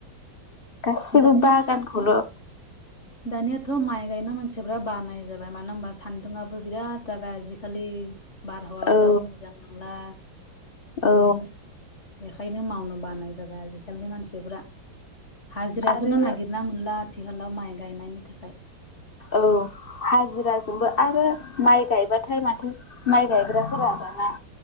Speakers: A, on the left (about 60°); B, on the left (about 40°).
A: गसिबो
B: दानिया
A: बागानखौल'
B: दानियाथ' माइ गायना मानसिफ्रा बानाय जाबाय मानोना ओनबा सान्दुंआबो बिराद जाबाय आजिखालि। बारहावाफ्राबो
A: औ
B: मोजां नंला
A: औ
B: बिदिनो बेखायनो मावनो बानाय जाबाय आजिखालिनि मानसिफ्रा। हाजिराखौनो
A: आरो
B: नागिरना मोनला आथिखालाव माइ गायनायनि थाखाय।
A: औ हाजिराजोंबो आरो माइ गायबाथाय माथो माइ गायग्राफोरा दाना